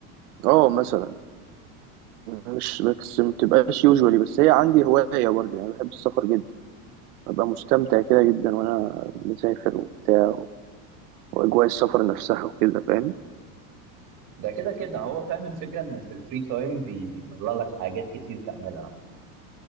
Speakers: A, on the right; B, on the right.
A: اه مثلا مش بس ما بتبقاش يوجوالي بس هي عندي هواية برضه يعني بحب السفر جدا ببقى مستمتع كده جدا وأنا مسافر وبتاع و- وأجواء السفر نفسها وكده فاهم
B: ده كده كده هو فاهم الفكرة إن في الفري تايم بي... بيطلع لك حاجات كتير تعملها